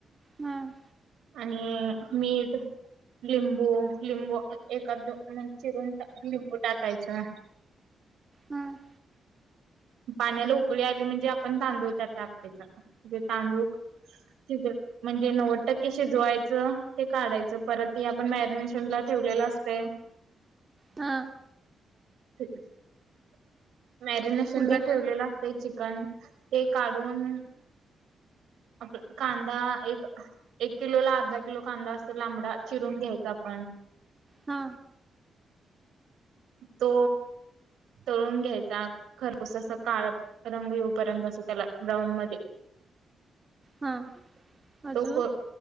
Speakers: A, on the right (about 30°); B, on the right (about 80°).
A: हम्म
B: आणि मीठ लिंबू लिंबू एखाद दोन म्हण चिरून..... लिंबू टाकायचं
A: हां
B: पाण्याला उकळी आली म्हणजे आपण तांदूळ त्यात टाकायचा जे तांदूळ शीजत म्हणजे नव्वद टक्के शिजवायचं ते काढायचं परत हे आपण मॅरी मॅरीनेशनला ठेवलेलं असतय
A: हा
B: <inaudible> मॅरिनेशन
A: पुढे
B: ला ठेवलेलं लागतय चिक.... पण ते काढून,...... आपण कांदा एक एक किलो ला अर्धा किलो कांदा असे लांबडा चिरून घ्यायचा आपण
A: हा
B: तो तळून घ्यायचा खरपूस अस काळ रंग येऊपर्यंत अस त्याला ब्राऊन मध्ये....
A: हा अजून?
B: तो